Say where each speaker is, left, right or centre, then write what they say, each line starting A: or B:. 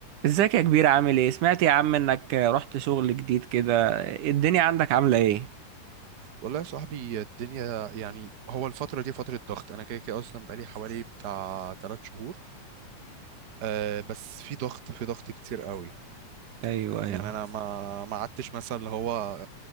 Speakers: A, on the right; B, on the right.
A: ازيك يا كبير عامل ايه سمعت يا عم انك رحت شغل جديد كده الدنيا عندك عاملة ايه
B: والله يا صاحبي الدنيا يعني هو الفترة دي فترة ضغط أنا كده كده أصلا بقالي حوالي بتاع تلات شهور أه بس في ضغط في ضغط كتير قوي
A: ايوه ايوه
B: يعني أنا ما ما قعدتش مثلا اللي هو